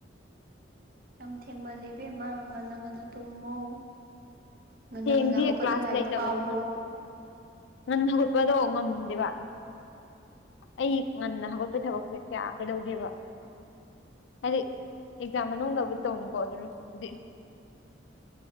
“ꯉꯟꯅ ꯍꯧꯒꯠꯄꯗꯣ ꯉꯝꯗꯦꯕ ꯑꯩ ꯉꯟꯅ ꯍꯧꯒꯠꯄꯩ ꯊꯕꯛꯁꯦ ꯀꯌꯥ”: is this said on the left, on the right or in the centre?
Left